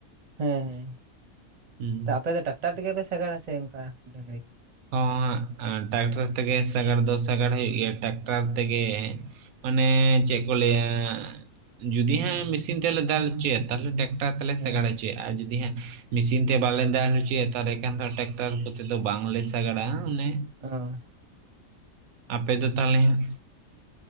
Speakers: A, on the right; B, on the right.
A: ᱦᱮᱸ ᱦᱮᱸ᱾
B: ᱦᱩᱸ
A: ᱛᱚ ᱟᱯᱮ ᱫᱚ ᱴᱟᱠᱴᱟᱨ ᱛᱮᱜᱮ ᱯᱮ ᱥᱟᱜᱟᱲᱟ ᱥᱮ ᱚᱝᱠᱟ ᱰᱟᱹᱝᱨᱤ?
B: ᱚᱸᱻ ᱦᱟᱸᱜ ᱴᱟᱠᱴᱟᱨ ᱛᱮᱜᱮ ᱥᱟᱜᱟᱲ ᱫᱚ ᱥᱟᱜᱟᱲ ᱦᱩᱭᱩᱜ ᱜᱮᱭᱟ ᱴᱟᱠᱴᱟᱨ ᱛᱮᱜᱮ ᱢᱟᱱᱮ ᱪᱮᱫ ᱠᱚ ᱞᱟᱹᱭᱟ, ᱡᱩᱫᱤ ᱦᱟᱸᱜ ᱢᱮᱥᱤᱱ ᱛᱮᱞᱮ ᱫᱟᱞ ᱦᱚᱪᱚᱭᱟ ᱛᱟᱦᱚᱞᱮ ᱴᱮᱠ ᱴᱟᱨ ᱛᱮᱞᱮ
A: ᱦᱮᱸ
B: ᱥᱟᱜᱟᱲ ᱦᱚᱪᱚᱭᱮᱜ-ᱟ ᱟᱨ ᱡᱩᱫᱤ ᱦᱟᱸᱜ, ᱢᱮᱥᱤᱱ ᱛᱮ ᱵᱟᱞᱮ ᱫᱟᱞ ᱦᱩᱪᱩᱭᱟ ᱛᱟᱦᱚᱞᱮ ᱠᱷᱟᱱ ᱫᱚ ᱴᱟᱠ ᱴᱟᱨ ᱠᱚᱛᱮ ᱫᱚ ᱵᱟᱝᱞᱮ ᱥᱟᱜᱟᱲᱟᱜᱼᱟ, ᱚᱱᱮ
A: ᱚᱸᱻ᱾
B: ᱟᱯᱮ ᱫᱚ ᱛᱟᱦᱚᱞᱮ ᱦᱟᱸᱜ?